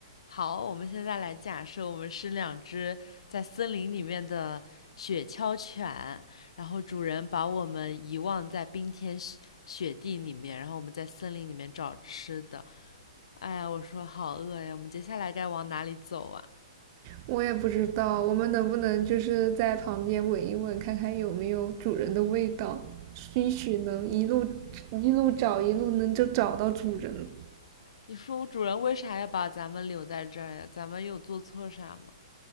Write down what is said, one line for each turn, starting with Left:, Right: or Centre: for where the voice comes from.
Left: 好，我们现在来假设我们是两只在森林里面的雪橇犬，然后主人把我们遗忘在冰天雪雪地里面，然后我们在森林里面找吃的。哎呀，我说好饿呀，我们接下来该往哪里走啊？
Right: 我也不知道，我们能不能就是在旁边闻一闻，看看有没有主人的味道，兴许能一路一路找，一路能就找到主人了。
Left: 你说主人为啥要把咱们留在这儿呀？咱们有做错啥吗？